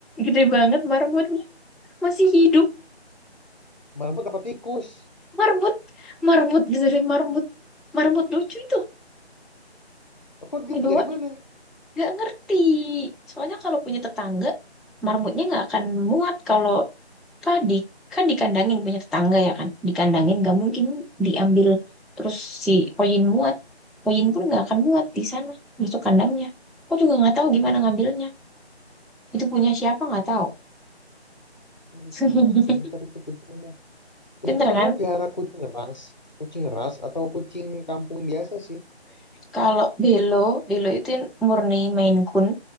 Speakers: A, in the centre; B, on the left (about 40°).
A: Gede banget marmutnya. Masih hidup.
B: Malamut apa tikus?
A: Marmut. Marmut. Dari marmut. Marmut lucu itu.
B: Loh, Kok dia
A: Dibawain.
B: dapat dari mana?
A: nggak ngerti. Soalnya kalau punya tetangga, marmutnya nggak akan muat kalau apa di kan dikandangin punya tetangga ya kan dikandangin nggak mungkin diambil terus si koin muat koin pun nggak akan muat di sana masuk kandangnya aku juga nggak tahu gimana ngambilnya itu punya siapa nggak tahu
B: Lucu
A: <laughs>
B: banget, pinter itu kucingnya.
A: pinter
B: Itu kamu
A: kan
B: piara kucing ras? Kucing ras atau kucing kampung biasa sih?
A: kalau belo belo itu murni Maine Coon